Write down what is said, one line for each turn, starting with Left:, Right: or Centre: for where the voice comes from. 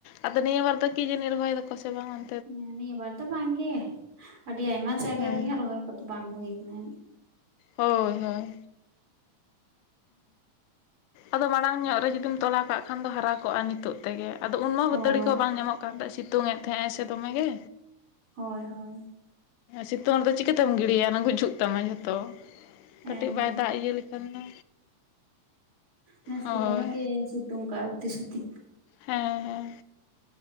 Left: ᱟᱫᱚ ᱱᱤᱭᱟᱹ ᱵᱟᱨ ᱫᱚ ᱠᱤᱡᱟᱹᱱᱤᱜ ᱨᱚᱦᱚᱭ ᱫᱟᱠᱚ ᱥᱮ ᱵᱟᱝ ᱚᱱ,
Right: ᱦᱮᱸ ᱱᱤᱭᱟᱹ ᱵᱟᱨ ᱫᱚ ᱵᱟᱝ ᱜᱮ ᱟᱹᱰᱤ ᱟᱭᱢᱟ ᱡᱟᱭᱜᱟ
Left: ᱦᱮᱸ
Right: ᱨᱮᱜᱮ ᱦᱟᱸᱜ ᱨᱚᱦᱚᱭ ᱠᱚᱫᱚ ᱵᱟᱝ ᱦᱩᱭ ᱠᱟᱱᱟ᱾
Left: ᱦᱳᱭ ᱦᱳᱭ᱾ ᱟᱫᱚ ᱢᱟᱲᱟᱝ ᱧᱚᱜ ᱨᱮ ᱡᱩᱫᱤᱢ ᱛᱚᱞᱟ ᱠᱟᱜ ᱠᱷᱟᱱ ᱫᱚ ᱦᱟᱨᱟ ᱠᱚᱜᱼᱟ ᱱᱤᱛᱚᱜ ᱛᱮᱜᱮ ᱟᱫᱚ ᱩᱱᱢᱟ
Right: ᱦᱳᱭ
Left: ᱵᱟᱹᱛᱟᱹᱲᱤ ᱠᱚ ᱵᱟᱝ ᱧᱟᱢᱚᱜ, ᱠᱟᱱ ᱛᱟᱦᱮᱜ ᱥᱤᱛᱩᱝ ᱮᱫ ᱛᱟᱦᱮᱸᱟᱭ ᱥᱮ ᱫᱚᱢᱮ ᱜᱮ᱾
Right: ᱦᱳᱭ ᱦᱳᱭ,
Left: ᱥᱤᱛᱩᱝ ᱨᱮᱫᱚ ᱪᱤᱠᱟᱹᱛᱮᱢ ᱜᱤᱰᱤᱭᱟ ᱱᱟ ᱜᱩᱡᱩᱜ ᱛᱟᱢᱟ ᱡᱷᱚᱛᱚ᱾
Right: ᱦᱮᱸ
Left: ᱠᱟᱹᱴᱤᱜ ᱵᱟᱭ ᱫᱟᱜᱽ ᱤᱭᱟᱹ ᱞᱮᱠᱷᱟᱱ ᱫᱚ᱾
Right: ᱱᱮᱥ
Left: ᱦᱳᱭ
Right: ᱫᱚ ᱫᱚᱢᱮ ᱜᱮ ᱥᱤᱛᱩᱝ ᱠᱟᱜ-ᱟ ᱩᱛᱤ ᱥᱩᱛᱤ᱾
Left: ᱦᱮᱸ ᱦᱮᱸ ᱦᱮᱸ